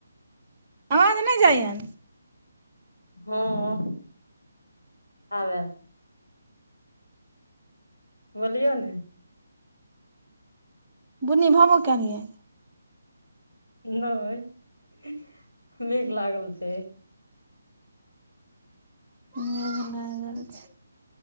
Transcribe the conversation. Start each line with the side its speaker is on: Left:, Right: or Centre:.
Right: अवाज नै जाइयन?
Left: ह्म्म आब एल। बोलियऔ ने?
Right: बुनिभबो केलियए।
Left: नहि मेघ लागल छै।
Right: मेघ लागल छै।